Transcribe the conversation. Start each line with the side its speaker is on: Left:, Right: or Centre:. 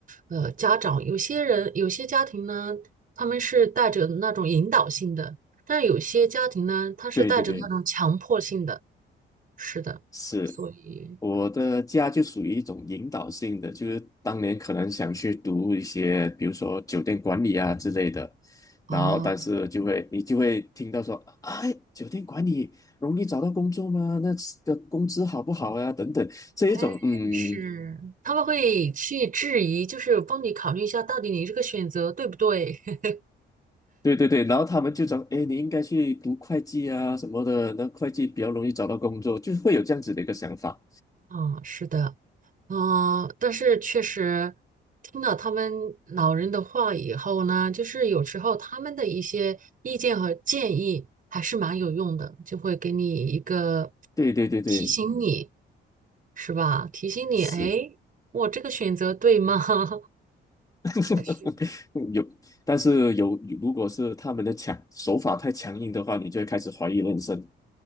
Right: 呃，家长，有些人有些家庭呢，他们是带着那种引导性的，但是有些家庭呢，他是带着那种强迫性的，
Left: 对对对，
Right: 是的，
Left: 是。
Right: 所以
Left: 我的家就属于一种引导性的，就是当年可能想去读一些，比如说酒店管理啊之类的，
Right: 哦，
Left: 然后但是就会你就会听到说，哎，酒店管理容易找到工作吗？那的个工资好不好呀、等等，这一种，
Right: 哎，
Left: 嗯，
Right: 是，他们会去质疑，就是帮你考虑一下，到底你这个选择对不对？<laughs>
Left: 对对对，然后他们就讲，哎，你应该去读会计啊什么的，那会计比较容易找到工作，就会有这样子的一个想法。
Right: 嗯，是的。嗯，但是确实听了他们老人的话以后呢，就是有时候他们的一些意见和建议还是蛮有用的，就会给你一个
Left: 对对对对，
Right: 提醒你，是吧？提醒你，
Left: 是。
Right: 哎，我这个选择对吗？<laughs> 是。
Left: <laughs>
Right: 还是
Left: 有，但是有，如果是他们的强手法太强硬的话，你就会开始怀疑人生。